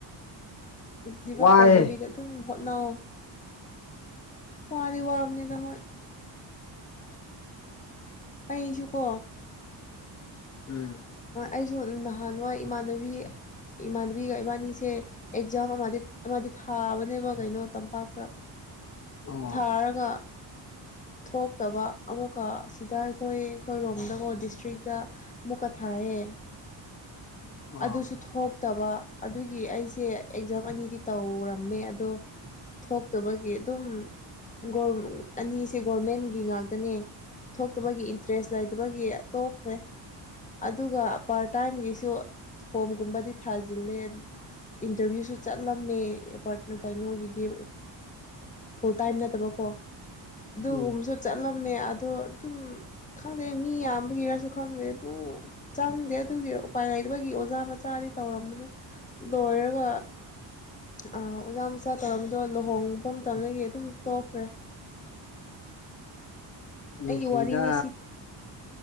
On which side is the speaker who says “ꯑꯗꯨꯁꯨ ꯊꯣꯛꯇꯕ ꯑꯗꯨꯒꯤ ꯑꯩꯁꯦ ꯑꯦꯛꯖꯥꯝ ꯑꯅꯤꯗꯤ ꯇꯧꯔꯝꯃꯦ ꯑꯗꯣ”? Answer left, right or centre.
Left